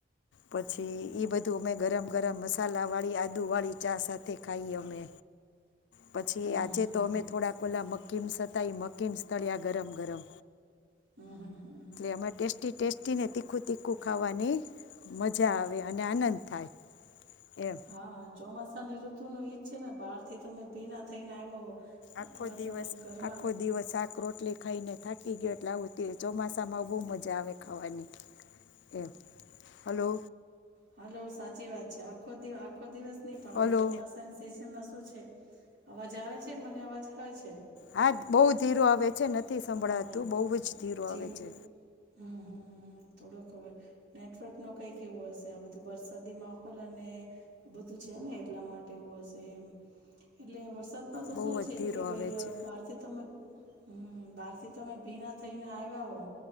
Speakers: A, on the left; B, on the right.
A: પછી ઈ બધું અમે ગરમ ગરમ મસાલા વાળી આદુ વાળી ચા સાથે ખાઈએ અમે. પછી
B: હમ
A: આજે
B: હમ
A: તો
B: હમ
A: અમે
B: હમ
A: થોડા કોલા મકીમ્સ હતા એ મકિમ્સ તર્યા ગરમ ગરમ.
B: હમ હમ હ.
A: એ ટેસ્ટી ટેસ્ટી ને તીખું તીખું ખાવાની. મજા આવે અને આનંદ થાય. એમ
B: હા ચોમાસા ની ઋતુ નું ઈજ છે ને બહાર થી તમે ભીના થઈને આવ્યા હો.
A: આખો
B: અથવા
A: દિવસ
B: તો ઘરમાં
A: આખો દિવસ આ રોટલી ખાઈને થાકી ગયો એટલે આવું ચોમાસામાં બહુ મજા આવે ખાવાની. એ હલો.
B: હ હલો સાચી વાત છે આખો આખો દિવસ નહી પણ
A: હલો
B: હવે ચોમાસા સીઝન ના શું છે અવાજ આવે છે મને અવાજ આવે છે.
A: હા બહુ ધીરો આવે છે નથી સંભળાતું
B: હા
A: બહુ જ ધીરો
B: ઝીણ
A: આવે છે.
B: હમ હમ હમ થોડક નેટવર્ક નું કઈ એવું હશે આ બધું વરસાદી માહોલ અને બધું છે ને એટલા માટે એવું હશે એટલે વરસાદમાં તો
A: બહુ
B: શું છે
A: જ ધીરો
B: કે ભાઈ
A: આવે છે
B: બહારથી તમે હમ. બહાર થી તમે ભીના થઈને આવ્યા હો.